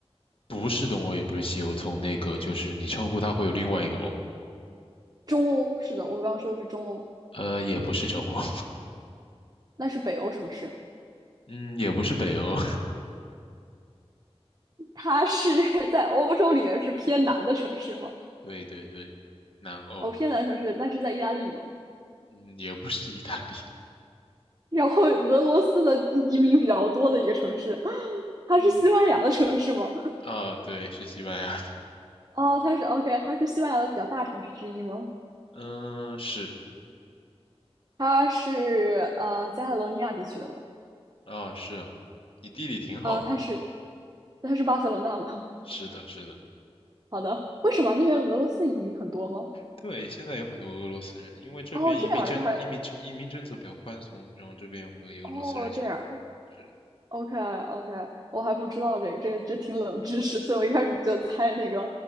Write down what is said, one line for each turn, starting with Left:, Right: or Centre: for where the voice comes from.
Left: 不是东欧，也不是西欧，从那个就是你称呼它会有另外一个欧，
Right: 中欧？是的，我刚刚说的是中欧，
Left: 呃，也不是中欧，
Right: 那是北欧城市，
Left: <laughs> 嗯，也不是北欧，
Right: 它是 <laughs> 在欧洲里面是偏南的城市吗？
Left: <laughs> 对对对，南欧，
Right: 哦，偏南城市，那是在意大利吗？
Left: 嗯，也不是意大利，
Right: 然后俄罗斯的移民比较多的一个城市，它是西班牙的城市吗？
Left: 嗯，
Right: <laughs>
Left: 啊，对，是西班牙的，
Right: 哦，它是 OK，它是西班牙的比较大城市之一吗？
Left: 嗯，是，
Right: 它是呃加泰罗尼亚地区的吗？
Left: 啊，是啊，你地理挺好的，
Right: 啊，它是它是巴塞罗那吗？
Left: 是的，是的。
Right: 好的，为什么那边俄罗斯移民很多吗？
Left: 对，现在有很多俄罗斯人，因为这边移民政移民移民政策比较宽松，
Right: 哦，这样儿这还，
Left: 然后这边有很多俄罗斯人现在。
Right: 哦这样儿
Left: 是。
Right: OK OK，我还不知道这个，这这挺冷知识，所以我一开始就猜那个